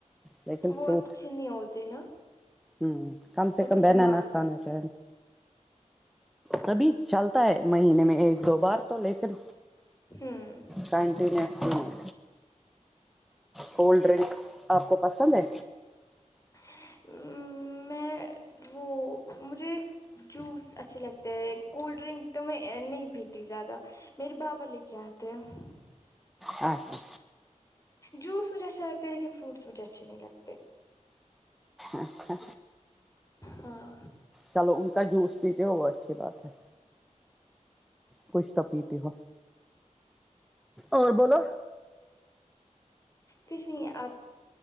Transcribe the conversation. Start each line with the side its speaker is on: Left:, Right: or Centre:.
Centre: لیکن
Left: وہ
Centre: فروٹ
Left: اچھے نہیں ہوتے نا
Centre: ہوں کم سے
Left: اس
Centre: کم بنانا
Left: بیمار
Centre: کھانا
Left: بھی ہوتا
Centre: تھا
Left: ہے۔
Centre: کبھی چلتا ہے مہینے میں ایک دو بار تو لیکن
Left: ہوں
Centre: کونٹینوسلی نہیں کولڈ ڈرنک آپ کو پسند ہے
Left: وں میں اے وہ وہ مجھے اس جوس اچھے لگتے ہیں کولڈ ڈرنک تو میں اے نہیں پیتی زیادہ میرے بابا لے کے آتے ہیں
Centre: اچھا
Left: جوس مجھے اچھا لگتا ہے لیکن فروٹس مجھے اچھے نہیں لگتے
Centre: اچھا
Left: ہاں
Centre: چلو ان کا جوس پیتے ہو وہ اچھی بات ہے کچھ تو پیتے ہو اور بولو
Left: کچھ نہیں ہے آپ